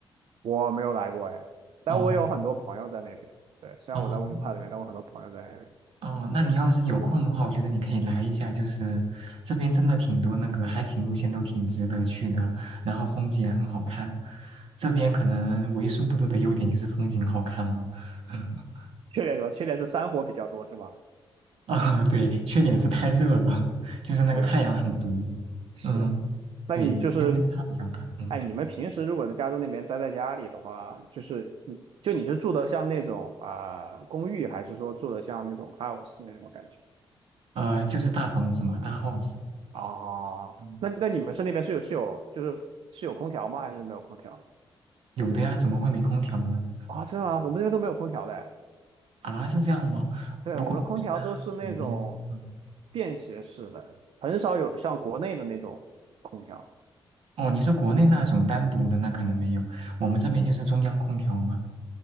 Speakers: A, on the right (about 70°); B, on the right (about 80°).
A: 我没有来过哎，但我有很多朋友在那边。
B: 哦
A: 对，虽然我在温哥华里面，
B: 哦。
A: 但我很多朋友在那边。
B: 哦，那你要是有空的话，
A: 对，
B: 我觉得你可以来一下，就是这边真的挺多那个 hiking 路线都挺值得去的，然后风景也很好看。这边可能为数不多的优点就是风景好看了，<laughs>
A: 缺点什么？缺点是山火比较多，是吧？
B: 啊，对，缺点是太热了，就是那个太阳很毒，
A: 对，是。
B: 嗯，
A: 那你就是，
B: 对，昼夜温差比较大，嗯，
A: 哎，你们平时如果在加州那边待在家里的话，就是你就你是住的像那种啊、呃公寓，还是说住的像那种 house 那种感觉？
B: 呃，就是大房子嘛，大 house，
A: 啊，
B: 嗯，
A: 那那你们是那边是有是有就是是有空调吗？还是没有空调？
B: 有的呀，怎么会没空调呢？
A: 啊、真的吗？我们那边都没有空调的
B: 啊，是这样吗？
A: 对，我们的空调都是那种
B: 我一般 house 里面，嗯。
A: 便携式的，很少有像国内的那种空调
B: 哦，你是国内那种单独的，那可能没有。我们这边就是中央空调嘛，